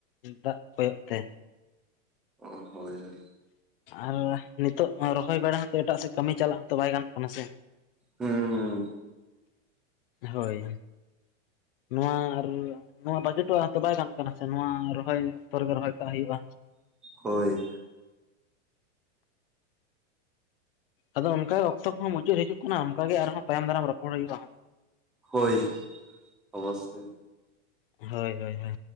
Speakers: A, on the left; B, in the centre.
A: ᱫᱟᱜ <unintelligible> ᱛᱮ
B: ᱚ ᱦᱳᱭ ᱦᱳᱭ
A: ᱟᱨ ᱱᱤᱛᱚᱜ ᱨᱚᱦᱚᱭ ᱵᱟᱲᱟ ᱦᱚᱸᱛᱚ ᱮᱴᱟᱜ ᱥᱮᱫ ᱠᱟᱹᱢᱤ ᱪᱟᱞᱟᱜ ᱦᱚᱸᱛᱚ ᱵᱟᱭ ᱜᱟᱱᱚᱜ ᱠᱟᱱᱟ ᱥᱮ
B: ᱦᱩᱸᱦᱩᱸ
A: ᱦᱳᱭ ᱱᱚᱣᱟ ᱟᱨ, ᱱᱚᱣᱟ ᱵᱟᱜᱤ ᱦᱚᱴᱚᱣᱟᱜ ᱦᱚᱸ ᱛᱚ ᱵᱟᱭ ᱜᱟᱱᱚᱜ ᱠᱟᱱᱟ ᱥᱮ ᱱᱚᱣᱟ ᱨᱚᱦᱚᱭ ᱚᱠᱛᱚ ᱨᱮᱜᱮ ᱨᱚᱦᱚᱭ ᱠᱟᱜ ᱦᱩᱭᱩᱜᱼᱟ᱾
B: ᱦᱳᱭ
A: ᱟᱫᱚ ᱚᱱᱠᱟᱜᱮ ᱚᱠᱛᱚ ᱠᱚ ᱦᱚᱸ ᱢᱩᱪᱟᱹᱫ ᱦᱤᱡᱩᱜ ᱠᱟᱱᱟ ᱚᱱᱠᱟ ᱜᱮ ᱟᱨᱦᱚᱸ ᱛᱟᱭᱚᱢ ᱫᱟᱨᱟᱢ ᱨᱚᱯᱚᱲ ᱦᱩᱭᱩᱜᱼᱟ᱾
B: ᱦᱳᱭ ᱚᱵᱚᱥᱥᱚᱭ
A: ᱦᱳᱭ ᱦᱳᱭ ᱦᱳᱭ